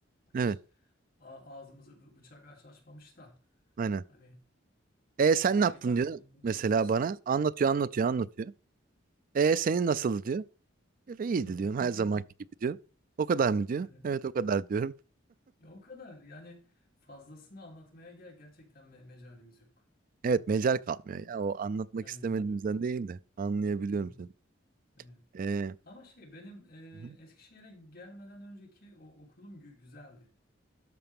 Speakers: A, on the left; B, on the right.
A: hiç
B: Evet,
A: a- ağzımızı bı- bıçak aç açmamış da
B: aynen.
A: hani
B: E sen
A: sonra
B: ne yaptın
A: gelip
B: diyor
A: anlamak
B: mesela
A: istiyoruz.
B: bana. Anlatıyor, anlatıyor, anlatıyor. E senin nasıl diyor. E, iyiydi
A: <laughs>
B: diyorum her zamanki gibi diyor. O kadar mı diyor?
A: Evet.
B: Evet o kadar diyorum.
A: Ya o kadar yani fazlasını anlatmaya gel gerçekten me- mecalimiz yok.
B: Evet mecal kalmıyor. Ya o anlatmak
A: Aynen
B: istemediğimizden
A: öyle.
B: değil de anlayabiliyorum
A: Hı hı.
B: seni.
A: Evet.
B: Ee,
A: Ama şey benim e,
B: hı hı.
A: Eskişehir'e gelmeden önceki o okulum gü- güzeldi.